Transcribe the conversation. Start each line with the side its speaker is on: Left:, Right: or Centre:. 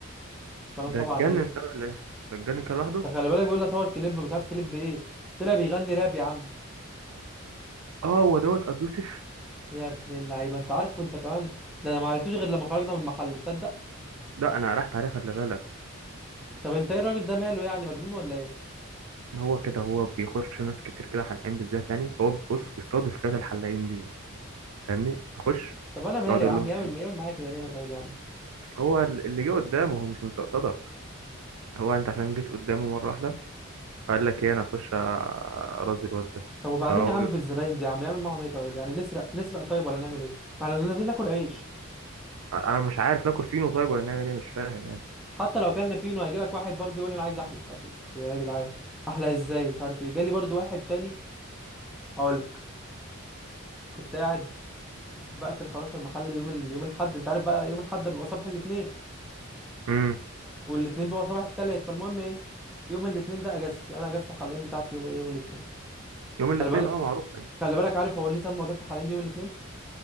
Centre: فانا طبعا
Right: ده اتجنن
Centre: ايه
Right: ده ولا ايه ده اتجنن كده لوحده
Centre: ده خلي بالك بيقول لي اصور كليب مش عارف كليب ايه طلع بيغني راب يا عم
Right: اه هو دوت ابو يوسف
Centre: يا ابن اللعيبه انت عارفه انت كمان ده انا ما عرفتوش غير لما خرجنا من المحل تصدق
Right: لا انا رحت عليه خلي بالك
Centre: طب انت ايه الراجل ده ماله يعني مجنون ولا ايه
Right: هو كده هو بيخش ناس كتير كده حلقان بالذات يعني هو بص بيستضيف فئة الحلاقين دي فاهمني نخش
Centre: طب انا مالي
Right: يقعد يقول
Centre: يا عم
Right: لهم
Centre: يعمل
Right: إيه،
Centre: يعمل معايا كده ليه انا طيب يا عم
Right: هو ال- اللي جه قدامه هو مش مستقصدك هو انت عشان جيت قدامه مره واحده فقال لك ايه انا اخش ارازي الواد ده
Centre: طب وبعدين
Right: فهو
Centre: يا عم
Right: بي-
Centre: في الزباين دي يا عم يعمل معاهم ايه طيب يعني نسرق نسرق طيب ولا نعمل ايه ما احنا نازلين ناكل عيش
Right: انا مش عارف ناكل فينو طيب ولا نعمل ايه مش فاهم يعني
Centre: حتى لو اكلنا فينو هيجي لك واحد برضه يقول لي انا عايز احلى طب انتوا يا جدعان احلى ازاي مش عارف ايه جالي برضه واحد تاني هقول لك كنت قاعد بس- بقفل خلاص في المحل يوم ال... يوم الاحد انت عارف بقى يوم الاحد بيبقى صباح الاثنين
Right: امم
Centre: والاثنين بيبقى صباح الثلاث فالمهم ايه يوم الاثنين ده اجازتي انا اجازه الحلاقين بتاعتي يوم ايه يوم الاثنين
Right: يوم الاثنين
Centre: خلي بالك
Right: اه معروف يعني
Centre: خلي بالك عارف هو ليه سموا اجازه الحلاقين دي يوم الاثنين